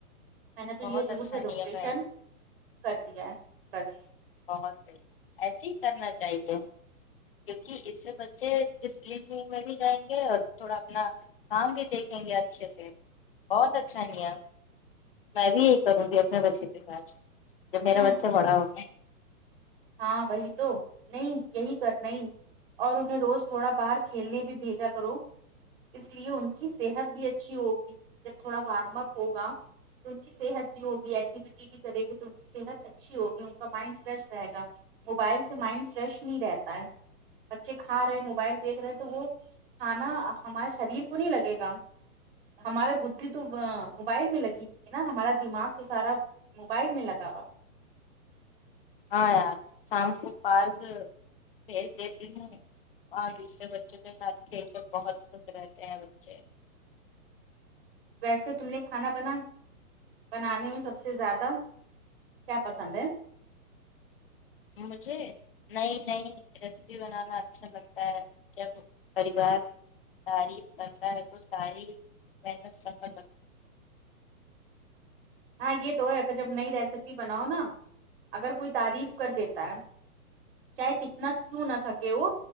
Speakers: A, on the right; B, on the left.
A: میں نے تو
B: بہت
A: یہ
B: اچھا
A: رول ریگولیشن
B: نیم ہے
A: کر دیا ہے بس
B: بہت صحیح ایسے ہی کرنا چاہیے کیونکہ اس سے بچے ڈسپلین میں بھی جائیں گے اور تھوڑا اپنا کام بھی دیکھیں گے اچھے سے بہت اچھا نیا میں بھی یہی کروں گی اپنے بچے کے ساتھ جب
A: ہوں
B: میرا بچہ بڑا ہو
A: ہاں وہی تو نہیں یہی کرنا ہی اور انہیں روز تھوڑا باہر کھیلنے بھی بھیجا کرو اس لیے ان کی صحت بھی اچھی ہوگی جب تھوڑا وارم اپ ہوگا ان کی صحت بھی ہوگی ایکٹیویٹی بھی کریں گے تو ان کی صحت اچھی ہوگی ان کا مائنڈ فریش رہے گا موبائل سے مائنڈ فریش نہیں رہتا ہے بچے کھا رہے ہیں موبائل دیکھ رہے ہیں تو وہ کھانا ہمارے شریر کو نہیں لگے گا ہمارے بدھھی تو موبائل میں لگی ہوئی ہے نا ہمارا دماغ تو سارا موبائل میں لگا ہوا
B: ہاں یار شام کو پارک بھیج دیتی ہوں اور دوسرے بچوں کے ساتھ کھیل کر بہت خوش رہتے ہیں بچے
A: ویسے تم نے کھانا بنا بنانے میں سب سے زیادہ کیا پسند ہے
B: مجھے نئی نئی ریسیپی بنانا اچھا لگتا ہے جب پریوار تعریف کرتا ہے تو ساری محنت سفل رکھ
A: ہاں یہ تو ہے کہ جب نئی ریسیپی بناؤ نا اگر کوئی تعریف کر دیتا ہے چاہے کتنا کیوں نہ تھکے وہ